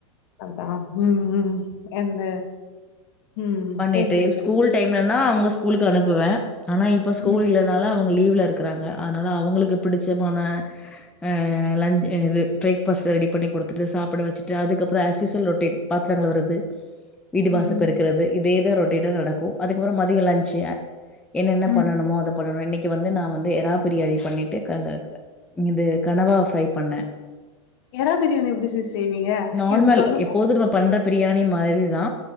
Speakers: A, on the left; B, in the centre.
A: அதா ம் ம் எந்த ம்
B: பண்ணிட்டு
A: சேரி சேரி சேரி
B: ஸ்கூல் டைம்லன்னா அவங்க ஸ்கூலுக்கு அனுப்புவே ஆனா இப்ப ஸ்கூல்
A: ம்
B: இல்லனால அ வுங்க லீவ்ல இருக்குறாங்க அதனால அவங்களுக்கு பிடிச்சமான ஆஹ் லஞ் இது பிரேக்ஃபஸ்ட் ரெடி பண்ணிக் குடுத்துட்டு சாப்ட வச்சுட்டு அதுக்கப்றோ ஆசிஸ்வல் ரொட்டேட் பாத்தரங் கழுவுருது வீடு வாச
A: ம்
B: பெருக்றது இதேதா ரொட்டேட்டா நடக்கு அதுக்கப்றோ மதியோ லஞ்சு என்னென்ன பண்ணனுமோ
A: ம்
B: அத பண்ணணு இன்னக்கி வந்து நா வந்து எறா பிரியாணி பண்ணிட்டு க க இது கனவா ஃப்ரை பண்ணே
A: எரா பிரியாணி எப்டி சிஸ் செய்வீங்க
B: நார்மல்
A: எனக் சொல்லுங்க
B: எப்போது நம்ம பண்ற பிரியாணி மாரிதா